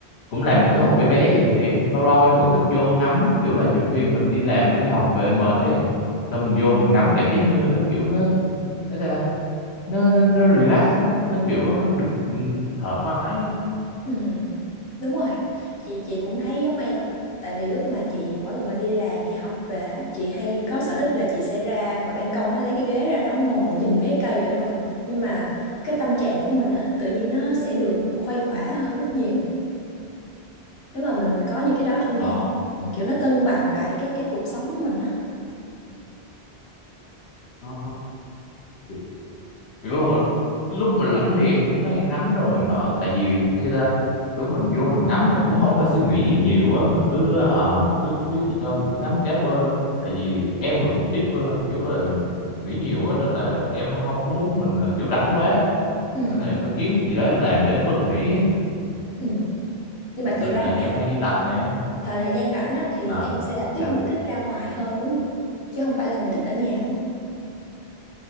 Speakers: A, on the left (about 85°); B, on the left (about 70°).
A: cũng làm một cái hồ bé bé gì thì em lâu lâu em vẫn thích vô ngắm kiểu là nhiều khi mình đi làm đi học về mệt ấy xong mình vô mình ngắm cảm giác nơi nó kiểu nó nó sao ta? nó nó nó relax nó, nó kiểu nó được ừ, thoải mái ấy.
B: Ừ, đúng rồi chị chị cũng thấy giống em á tại vì lúc mà chị mỗi lần mà đi làm đi học về á chị hay có sở thích là chị sẽ ra ngoài ban công á lấy cái ghế ra đó ngồi nhìn mấy cây vậy thôi nhưng mà cái tâm trạng của mình á tự nhiên nó sẽ được khuây khỏa hơn rất nhiều nếu mà mình có những cái đó trong
A: Ờ.
B: nhà ừ, kiểu nó cân bằng lại cái cái cuộc sống của mình á
A: Ờ, thì kiểu hồi, lúc mình rảnh thì em cũng hay ngắm rồi nọ tại vì khi ra kiểu mình vô mình ngắm mình cũng không phải suy nghĩ gì nhiều á mình cứ à, mình cứ cứ gì đó, mình cứ ngắm cá bơi thôi tại vì em là thuộc tiếp ờ, kiểu là nghĩ nhiều á nên là em không có muốn mình là kiểu rảnh quá
B: ừ,
A: nên là em phải kiếm cái gì đó em làm để em bớt nghĩ á.
B: ừ. nhưng mà
A: nên
B: chị đoán
A: là em
B: nha
A: hay đi tập nè
B: thời thời gian rảnh á thì
A: à
B: em sẽ là tiếp
A: sao
B: người thích ra ngoài hơn đúng không chứ không phải là người thích ở nhà đúng không